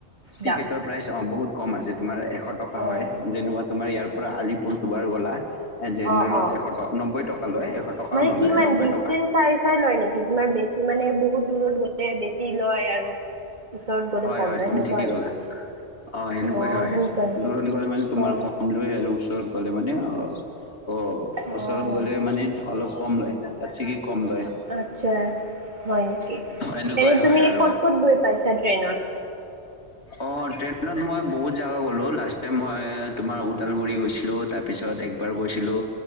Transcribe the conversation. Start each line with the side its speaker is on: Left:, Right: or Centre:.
Left: টিকেটৰ
Right: দামটো
Left: প্ৰাইচ অ বহুত কম আছে তোমাৰ এশ টকা
Right: অ'
Left: হয় যেনেকুৱা তোমাৰ ইয়াৰ ৰা আলিপুৰ দুবাৰ গলা এ জেনেৰেলত
Right: অ', অ'।
Left: এশ নব্বৈ টকা লয় এশ টকাও
Right: মানে
Left: নলয়
Right: কিমান
Left: নব্বৈ
Right: ডিচেঞ্চ
Left: টকা
Right: চাই চাই লয় নেকি তোমাৰ বেছি মানে বহুত দূৰত গ এ বেছি লয় আৰু ওচৰত গ'লে
Left: হয়
Right: কম
Left: হয়
Right: লয়
Left: তুমি
Right: সেনেকুৱা
Left: ঠিকেই
Right: হয় নেকি?
Left: ক'লা আহ সেনেকুৱাই
Right: অ',
Left: হয়
Right: সেনেকুৱা নেকি?
Left: দূৰত গলে মানে তোমাৰ
Right: অ',
Left: কম লয় আৰু ওচৰত গ'লে মানে আহ অ
Right: অ',
Left: ওচৰত গ'লে মানে অলপ কম লয় তাত ছাগে কম লয়।
Right: আচ্ছা হয় নেকি?
Left: এনেকুৱাই
Right: এনে
Left: হয়
Right: তুমি
Left: আৰু
Right: ক'ত ক'ত গৈ পাইছা ট্ৰেইনত?
Left: অ ট্ৰেইনত মই বহুত জগা গ'লো লাষ্ট টাইম মই তোমাৰ তাত বকুলগুৰী গৈছিলো তাৰপিছত একবাৰ গৈছিলো